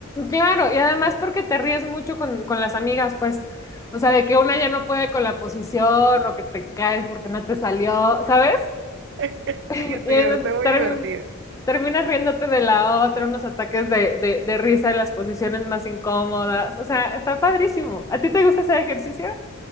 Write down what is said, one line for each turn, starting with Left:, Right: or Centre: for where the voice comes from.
Left: Claro, y además porque te ríes mucho con, con las amigas, pues, o sea, de que una ya no puede con la posición o que te caes porque no te salió, ¿sabes?
Right: <laughs>
Left: <laughs>
Right: Sí,
Left: Y
Right: sí,
Left: entonces,
Right: eso es muy
Left: term-
Right: divertido.
Left: terminas riéndote de la otra, unos ataques de, de, de risa en las posiciones más incómodas. O sea, está padrísimo. ¿A ti te gusta ese ejercicio?